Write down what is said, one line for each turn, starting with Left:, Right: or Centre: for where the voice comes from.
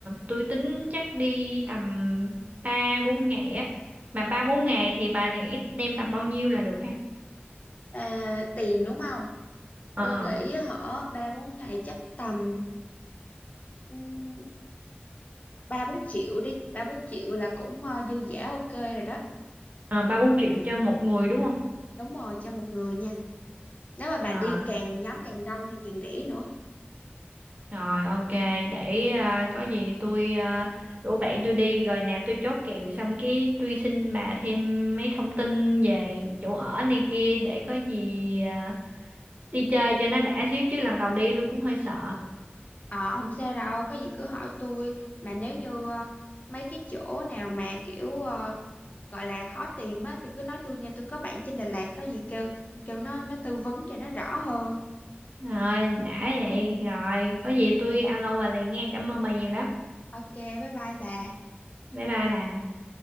Right: tôi tính chắc đi tầm 3 4 ngày á. Mà 3 4 ngày thì bà nghĩ đem tầm bao nhiêu là được ha?
Left: À, tiền đúng không?
Right: Ờ.
Left: Tôi nghĩ hở ba bốn ngày chắc tầm ừm, ba bốn triệu đi. Ba bốn triệu là cũng ờ, dư dả ok rồi đó.
Right: à, ba bốn triệu cho một người đúng không
Left: Đúng rồi cho một người nha. Nếu mà bà
Right: à
Left: đi càng nhóm càng đông thì càng rẻ nữa.
Right: rồi ok để à, có gì tôi à, rủ bạn tôi đi rồi nào tôi chốt kèo xong cái tôi xin bà thêm mấy thông tin về chỗ ở này kia để có gì à, đi chơi cho nó đã xíu chứ lần đầu đi tôi cũng hơi sợ
Left: Ờ không sao đâu, có gì cứ hỏi tôi. Mà nếu như ờ, mấy cái chỗ nào mà kiểu ờ, gọi là khó tìm á thì cứ nói tôi nha. Tôi có bạn trên Đà Lạt, có gì kêu kêu nó nó tư vấn cho nó rõ hơn.
Right: rồi đã vậy rồi có gì tôi alo bà liền nghe cảm ơn bà nhiều lắm
Left: Ok, bye bye bà.
Right: bye bye bà